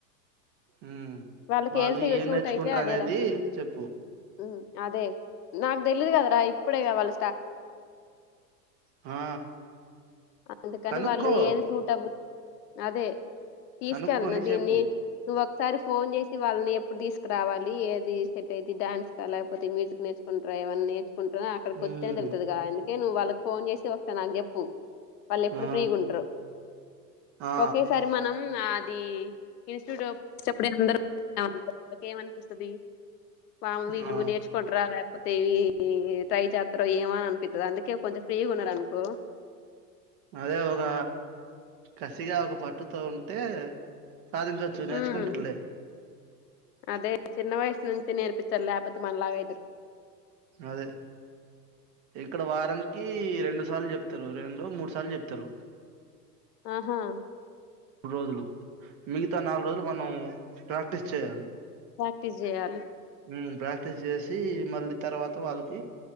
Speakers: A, on the right; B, on the left.
A: ఉమ్
B: వాళ్ళకి
A: వాళ్ళు
B: ఏది
A: ఏం
B: సూట్
A: నేర్చుకుంటారు
B: అయితే అదేరా
A: అనేది చెప్పు
B: ఉమ్, అదే నాక్ దెలీదు కదరా ఇప్పుడే గ వాళ్ల
A: ఆ
B: అందుకని
A: కనుక్కో
B: వాళ్ళు ఏది సూట్ అవ్వు అదే తీసుకెళ్లను
A: కనుక్కొని
B: దిన్నీ
A: చెప్పు
B: నువ్వో ఒకసారి ఫోన్ చేసి వాళ్ళని ఎప్పుడు దీసుకురావాలి ఏది సెట్ అయిద్ది డాన్స్ ఆ లేకపోతే మ్యూజిక్ క్ నేర్చుకుంటారా ఎవన్నీ నేర్చుకుంటారో అక్కడికి కొత్తెనే
A: ఉమ్
B: తెలుత్తదిగా అందుకే నువ్ వాళ్ళకి ఫోన్ చేసి నాకు చెప్పు వాళ్ళేప్పుడు
A: ఆ
B: ఫ్రీగా ఉంటారో
A: ఆ
B: ఒకేసారి మనం ఆ ది ఇన్స్టిట్యూట్ ఒచ్చినప్పుడే అందరు <inaudible> ఏమనిపిస్తది వామ్ వీళ్ళు
A: ఆ
B: నేర్చుకుంటరా లేకపోతే ఇ ట్రై జేత్త త్తరో ఏమోని అనిపిత్తది అందుకే కొంచం ఫ్రీగా ఉన్నారు అనుకో
A: అదే ఒగ కసిగా ఒక పట్టుతో ఉంటే సాధించవచ్చు నేర్చుకుంటారులే
B: ఉమ్ అదే చిన్న వయస్సు నుంచే నేర్పి చల్ లేపోతే మనలాగా ఐతారు
A: అదే ఇక్కడ వారంకి రెండు సార్లు చెప్తారు రెండో మూడు సార్లు చెప్తారు
B: అహా
A: రోజులు మిగితా నాలుగ్ రోజులు మనం ప్రాక్టీస్ చేయాలి.
B: ప్రాక్టీస్ జేయాలి.
A: ఉమ్ ప్రాక్టీస్ చేసి మళ్ళీ తర్వాత వాళ్ళకి